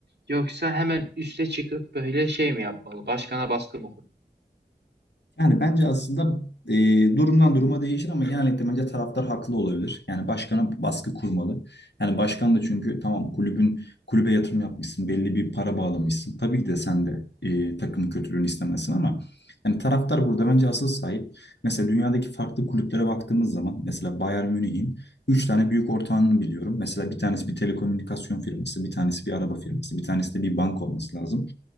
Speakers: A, on the right; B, on the left.
A: Yoksa hemen üste çıkıp böyle şey mi yapmalı? Başkana baskı mı kurmalı?
B: Yani bence aslında e, durumdan duruma değişir ama genellikle bence taraftar haklı olabilir. Yani başkana baskı kurmalı. Yani başkan da çünkü tamam kulübün kulübe yatırım yapmışsın, belli bir para bağlamışsın. Tabii ki de sen de e, takımın kötülüğünü istemezsin ama yani taraftar burada bence asıl sahip. Mesela dünyadaki farklı kulüplere baktığımız zaman mesela Bayern Münih'in 3 tane büyük ortağını biliyorum. Mesela bir tanesi bir telekomünikasyon firması, bir tanesi bir araba firması, bir tanesi de bir banka olması lazım.